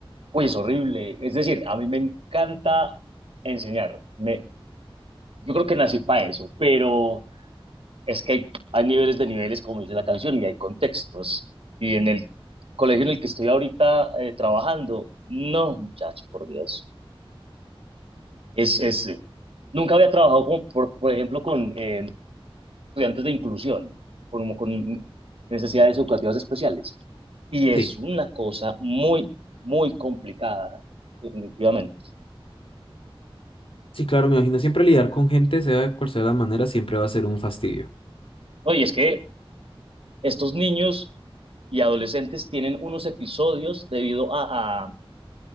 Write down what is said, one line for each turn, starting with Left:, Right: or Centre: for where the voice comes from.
Right: Uy, es horrible. Es decir, a mí me encanta enseñar. Me, yo creo que nací para eso, pero es que hay, hay niveles de niveles, como dice la canción, y hay contextos. Y en el colegio en el que estoy ahorita eh, trabajando, no, muchacho, por Dios. Es, es, eh, nunca había trabajado, como por, por ejemplo, con eh, estudiantes de inclusión, como con necesidades educativas especiales. Y es
Left: sí,
Right: una cosa muy, muy complicada, definitivamente.
Left: sí, claro, me imagino. Siempre lidiar con gente, sea cual sea la manera, siempre va a ser un fastidio.
Right: No, y es que estos niños y adolescentes tienen unos episodios debido a,